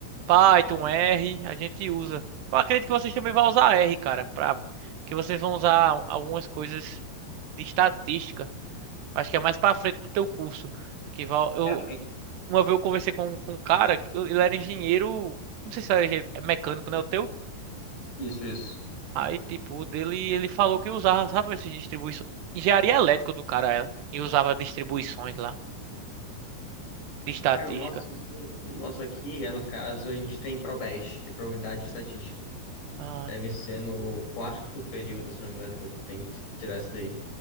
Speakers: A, on the right (about 80°); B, on the left (about 85°).
A: Python, R, a gente usa. Eu acredito que vocês também vão usar R, cara, para que vocês vão usar algumas coisas de estatística. Acho que é mais para frente do teu curso, que vai, eu
B: É,
A: uma vez eu conversei com, com um cara, ele era engenheiro, não sei se era engenheiro mecânico, né, o teu?
B: Isso, isso.
A: Aí, tipo, o dele, ele falou que usava, sabe, essas distribuições. Engenharia elétrica do cara, ela. E usava distribuições lá, de estatística.
B: Cara, o nosso aqui, o nosso aqui é, no caso, a gente tem ProBest, que é Probabilidade e Estatística.
A: Ah,
B: Deve ser no quarto período, se não me engano, que eu tenho que tirar essa daí,